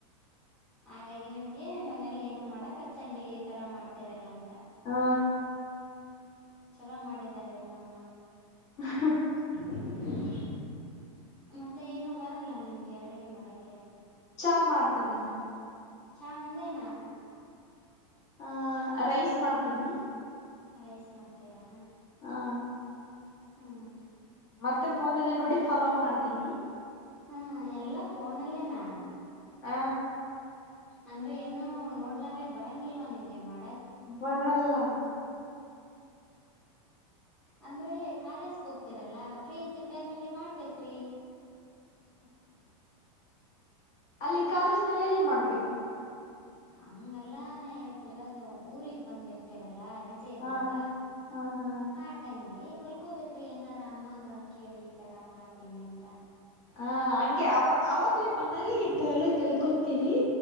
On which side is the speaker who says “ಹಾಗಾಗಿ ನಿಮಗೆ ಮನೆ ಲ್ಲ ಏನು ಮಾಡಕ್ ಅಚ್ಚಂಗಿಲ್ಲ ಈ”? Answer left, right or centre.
Centre